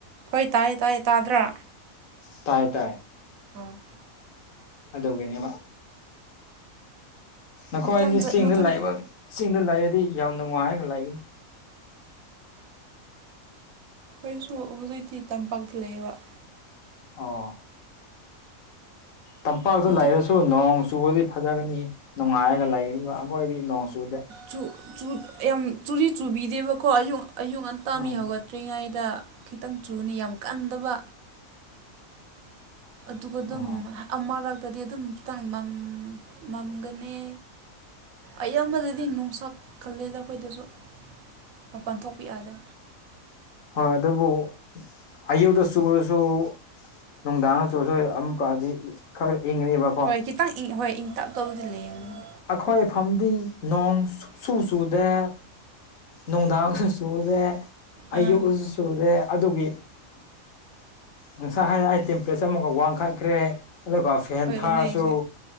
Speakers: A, on the right; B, on the left.
A: ꯍꯣꯏ ꯇꯥꯏꯌꯦ ꯇꯥꯏꯌꯦ ꯇꯥꯗ꯭ꯔꯥ
B: ꯇꯥꯏ ꯇꯥꯏ
A: ꯑꯣ
B: ꯑꯗꯨꯒꯤꯅꯦꯕ ꯅꯈꯣꯏꯗꯤ
A: ꯃꯊꯪ
B: ꯆꯤꯡꯗ
A: ꯃꯊꯪ
B: ꯂꯩꯕ ꯆꯤꯡꯗ ꯂꯩꯔꯗꯤ ꯌꯥꯝ ꯅꯨꯡꯉꯥꯏꯔꯒ ꯂꯩꯒꯅꯤ
A: ꯑꯩꯈꯣꯏꯁꯨ ꯍꯧꯖꯤꯛꯇꯤ ꯇꯝꯄꯥꯛꯇ ꯂꯩꯌꯦꯕ
B: ꯑꯣꯥ ꯇꯝꯄꯥꯛꯇ
A: ꯃꯊꯪ
B: ꯂꯩꯔꯁꯨ ꯅꯣꯡ ꯆꯨꯕꯗꯤ ꯐꯖꯒꯅꯤ ꯅꯨꯡꯉꯥꯏꯔꯒ ꯂꯩꯒꯅꯤꯕ ꯑꯩꯈꯣꯏꯗꯤ ꯅꯣꯡ ꯆꯨꯗꯦ
A: ꯆꯨ ꯆꯨ ꯌꯥꯝ ꯆꯨꯗꯤ ꯆꯨꯕꯤꯗꯦꯕꯀꯣ ꯑꯌꯨꯛ ꯑꯌꯨꯛ ꯉꯟ ꯇꯥ
B: ꯎꯝ
A: ꯃꯤ ꯍꯧꯒꯠꯇ꯭ꯔꯤꯉꯩꯗ ꯈꯤꯇꯪ ꯆꯨꯅꯤ ꯌꯥꯝ ꯀꯟꯗꯕ ꯑꯗꯨꯒ ꯑꯗꯨꯝ
B: ꯎꯝ
A: ꯑꯃꯔꯛꯇꯗꯤ ꯑꯗꯨꯝ ꯈꯤꯇꯪ ꯃꯝ ꯃꯝꯒꯅꯤ ꯑꯌꯥꯝꯕꯗꯗꯤ ꯅꯨꯡꯁꯥ ꯀꯜꯂꯦꯗ ꯑꯩꯈꯣꯏꯗꯁꯨ ꯃꯄꯥꯟ ꯊꯣꯛꯄ ꯌꯥꯗꯦ
B: ꯍꯣꯏ ꯑꯗꯨꯕꯨ ꯑꯌꯨꯛꯇ ꯆꯨꯔꯁꯨ ꯅꯨꯡꯗꯥꯡꯗ ꯆꯨꯔꯁꯨ ꯑꯃꯨꯛꯀꯗꯤ ꯈꯔ ꯏꯪꯒꯅꯦꯕ
A: ꯍꯣꯏ ꯈꯤꯇꯪ ꯏꯪ ꯍꯣꯏ ꯏꯪ ꯇꯛꯇꯧꯕꯗꯤ ꯂꯩꯌꯦꯗꯅ
B: ꯑꯩꯈꯣꯏꯐꯝꯗꯤ ꯅꯣꯡ ꯁꯨꯛ ꯆꯨ ꯆꯨꯗꯦ ꯅꯨꯡꯗꯥꯡꯁꯨ ꯆꯨꯗꯦ ꯑꯌꯨꯛꯁꯨ
A: ꯑꯥ
B: ꯆꯨꯗꯦ ꯑꯗꯨꯒꯤ ꯉꯁꯥꯏ ꯍꯥꯏꯔ ꯍꯥꯏ ꯇꯦꯝꯄꯔꯦꯆꯔ ꯑꯃꯨꯛꯀ ꯋꯥꯡꯈꯠꯈ꯭ꯔꯦ ꯑꯗꯨꯒ ꯐꯦꯟ
A: ꯍꯣꯏ
B: ꯊꯥꯔꯁꯨ
A: ꯅꯣꯏꯁꯦ